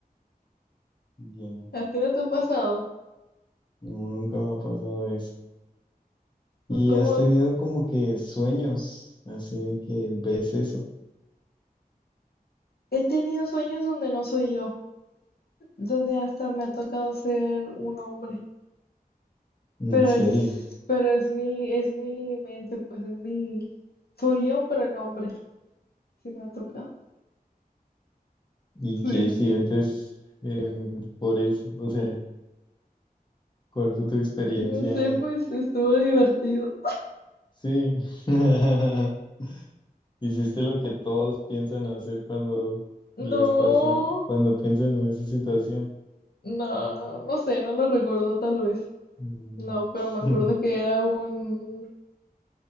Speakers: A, on the left; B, on the left.
A: Ya,
B: ¿A ti no te ha pasado?
A: No, nunca me ha pasado eso.
B: Es
A: ¿Y
B: Como
A: has tenido como que sueños, así de que ves eso?
B: he tenido sueños donde no soy yo, donde hasta me ha tocado ser un hombre,
A: ¿En
B: pero
A: serio?
B: es, pero es mi, es mi mente, pues es mi, soy yo, pero en hombre, sí me ha tocado.
A: ¿Y
B: Sí,
A: qué sientes em, por eso? O sea... ¿Cuál fue tu experiencia
B: no sé,
A: ahí?
B: pues estuvo divertido.
A: Sí, <laughs> hiciste lo que todos piensan hacer cuando
B: No,
A: les pasa, cuando piensan en esa situación.
B: no, no sé, no lo recuerdo tal vez.
A: Mm.
B: No, pero
A: <laughs>
B: me acuerdo que era un...